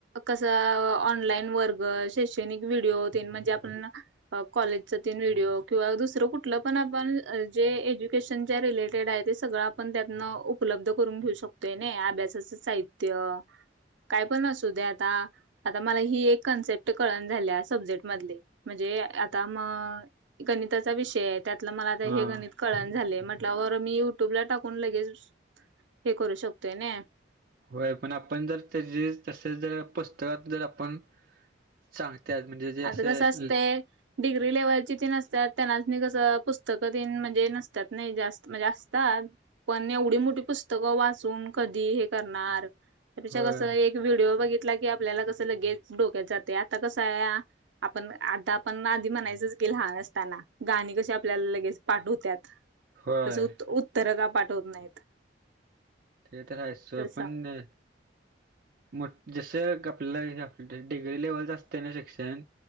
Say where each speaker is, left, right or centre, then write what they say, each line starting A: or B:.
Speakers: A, on the right; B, on the right.
A: कसं ऑनलाईन वर्ग शैक्षणिक व्हिडिओ तेन म्हणजे आपण कॉलेजचा तेन व्हिडिओ किंवा दुसरं कुठलं पण आपण जे एज्यु ेशन च्या रिलेटेड आहे ते सगळं आपण त्यातनं उपलब्ध करून घेऊ शकतोय ना अभ्यासाचं साहित्य. काय पण असू द्या आता. आता मला ही एक कन्सेप्ट कळण झाल्या. सब्जेक्ट मधली म्हणजे आता म. गणिताचा विषय आहे, त्यातलं मला आता
B: हा
A: हे गणित. कळणा झालंय म्हटल्यावर, मी युट्यूबला टाकून लगेच हे करू शकतोय नी.
B: होय पण आपण जर त्या तसंच, जर पुस्तकात जर आपण. चांगत्यात म्हणजे जे असं.
A: आता कसं असतंय डिग्री लेव्हलची ती नसतात, त्यांना सनी कसं मी पुस्तकं तेन म्हणजे नसतात नी जास्त म्हणजे असतात. पण एवढी मोठी पुस्तकं वाचून कधी हे करणार. तेच्या
B: होय
A: वर कसं एक व्हिडिओ बघितला की, आपल्याला कसं लगेच डोक्यात जाते. आता कसं आया. आपण आता आपण आधी म्हणायचंच की, लहान असताना गाणी कसं लगेच पाठ होत्यात.
B: होय
A: कसं उत्तर का पाठवत नाहीत.
B: ते तर आहे सोड,
A: तसा
B: पण मग जस कपल्याल हाय काय. डिग्री लेवलच असते ना शिक्षण,